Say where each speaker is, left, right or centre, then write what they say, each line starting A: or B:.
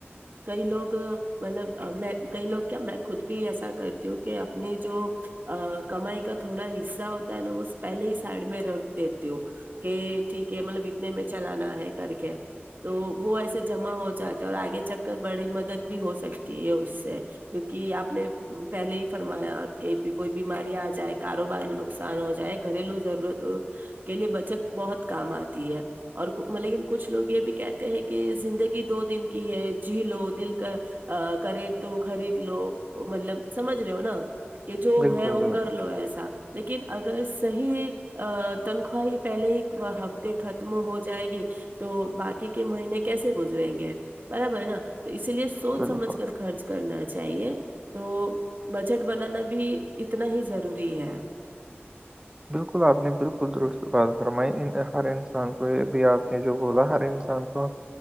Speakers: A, on the right; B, on the right.
A: کئی لوگ مطلب میں کئی لوگ کیا میں خود بھی ایسا کرتی ہوں کہ اپنی جو ا کمائی کا تھوڑا حصہ ہوتا ہے نا وہ پہلے ہی سائڈ میں رکھ دیتے ہو کہ ٹھیک ہے مطلب اتنے میں چلانا ہے کر کے تو وہ ایسے جمع ہو جات اور آگے چل کر بڑی مدد بھی ہو سکتی ہے اس سے کیونکہ آپ نے پہلے ہی فرمایا کہ کوئی بیماری آ جائے کاروبار میں نقصان ہو جائے گھریلو ضرورتوں کے لیے بچت بہت کام آتی ہے اور مگر لیکن کچھ لوگ یہ بھی کہتے ہیں کہ زندگی دو دن کی ہے جی لو دل کا ا کرے تو خرید لو مطلب سمجھ رہے ہو نا کہ جو
B: بالکل
A: ہے وہ
B: بالکل
A: کر لو ایسا لیکن اگر صحیح تنخواہ پہلے ہی ہفتے تک ختم ہو جائے گی تو باقی کے مہینے کیسے گزریں گے برابر ہے نا تو اسی لیے سوچ
B: بالکل
A: سمجھ کر خرچ کرنا چاہیے تو بجٹ بنانا بھی اتنا ہی ضروری ہے
B: بالکل آپ نے بالکل درست بات فرمائی ہر انسان کو یہ ابھی آپ نے جو بولا ہر انسان کو